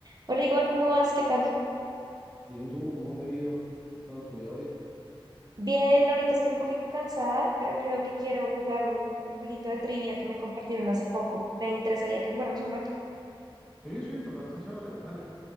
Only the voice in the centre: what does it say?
Dime tú, ¿cómo te ha ido? ¿Cómo ha estado tu día hoy?
Sí, sí, me parece chévere. Dale,